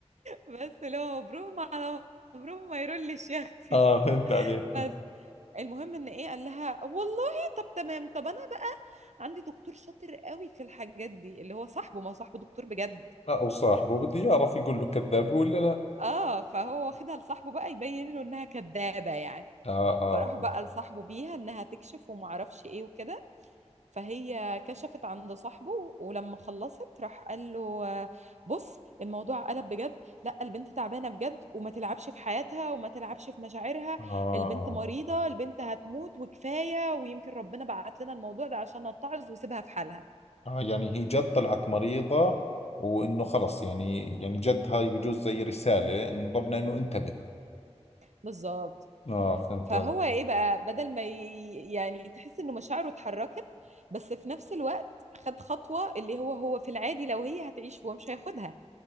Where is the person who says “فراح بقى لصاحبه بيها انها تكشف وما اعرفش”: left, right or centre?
Right